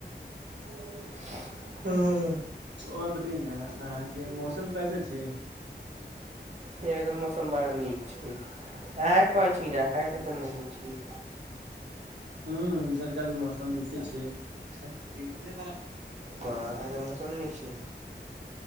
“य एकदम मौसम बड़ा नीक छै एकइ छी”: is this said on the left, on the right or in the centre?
Right